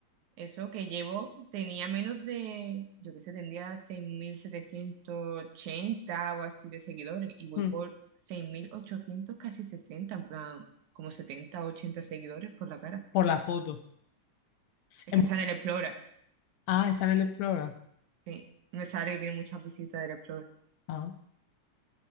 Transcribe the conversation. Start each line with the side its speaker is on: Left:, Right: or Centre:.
Right: Eso que llevo tenía menos de, yo qué sé, tendría seis mil setecientos ochenta o así de seguidores y voy
Left: Mm,
Right: por 6.800 casi sesenta en plan, como 70 o 80 seguidores por la cara.
Left: por la foto.
Right: Es
Left: Es
Right: que
Left: mu-
Right: está en el Explorer,
Left: Ah, está en el Explora.
Right: sí. Me sale que tiene muchas visitas del Explorer.
Left: Ah.